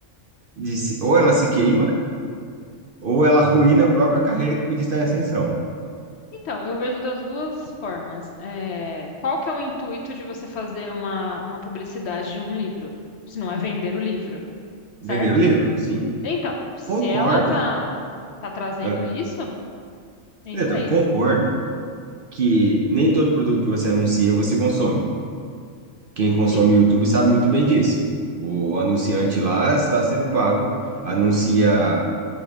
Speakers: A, on the right; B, on the left.
A: de se- ou ela se queima ou ela arruína a própria carreira que podia estar em ascensão.
B: então, eu vejo das duas formas. É, qual que é o intuito de você fazer uma, uma publicidade de um livro, se não é vender o livro, certo?
A: Vender o livro? Sim.
B: Então, se
A: Concordo.
B: ela tá, tá trazendo
A: Ah,
B: isso, anyways,
A: Neto, concordo que nem todo produto que você anuncia você consome. Quem consome
B: sim,
A: YouTube sabe muito bem disso. O anunciante lá está sendo pago, anuncia